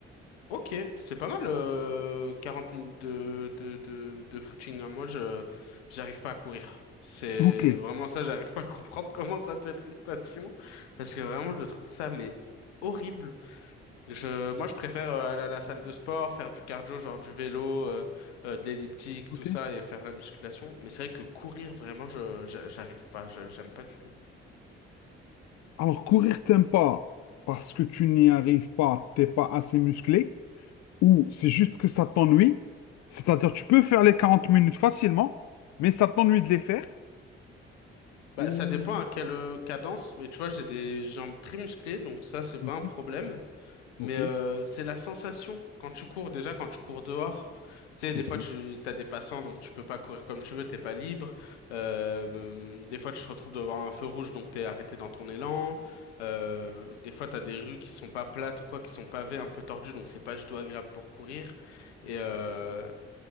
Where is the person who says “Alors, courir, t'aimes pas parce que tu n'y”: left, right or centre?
Left